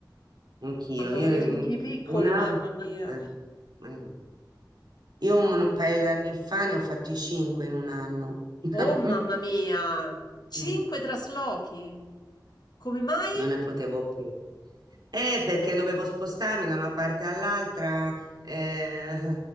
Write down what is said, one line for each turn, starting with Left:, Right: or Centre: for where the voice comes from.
Right: Anch'io,
Left: Quando
Right: io
Left: avevo
Right: mm,
Left: i figli piccoli,
Right: una...
Left: mamma mia.
Right: eh, eh. Io un, un paio d'anni fa ne ho fatti cinque in un anno. <laughs>
Left: Oh, mamma mia! Cinque
Right: Non
Left: traslochi. Come mai?
Right: ne potevo più. Eh, perché dovevo spostarmi da una parte all'altra. eh,